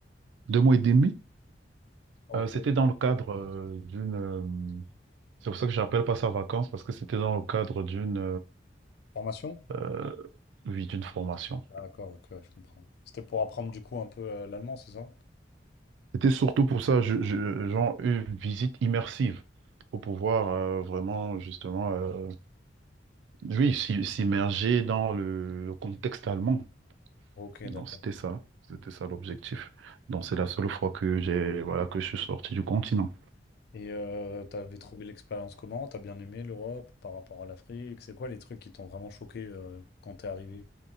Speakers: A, on the right (about 75°); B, on the left (about 60°).
A: deux mois et demi.
B: Ok.
A: Euh, c'était dans le cadre euh, d'une, euh, c'est pour ça que j'appelle pas ça vacances parce que c'était dans le cadre d'une,
B: Formation?
A: euh, euh, oui, d'une formation.
B: D'accord, ok, ouais, je comprends. C'était pour apprendre du coup un peu euh, l'allemand, c'est ça?
A: C'était surtout pour ça, je, je- genre une visite immersive pour pouvoir euh, vraiment justement euh, Oui, s'im- s'immerger dans le, le contexte allemand.
B: Ok,
A: Donc
B: d'accord.
A: c'était ça, c'était ça l'objectif. Donc c'est la seule fois que j'ai voilà que je suis sorti du continent.
B: Et euh, t'avais trouvé l'expérience comment? T'as bien aimé l'Europe par rapport à l'Afrique? C'est quoi les trucs qui t'ont vraiment choqué euh, quand t'es arrivé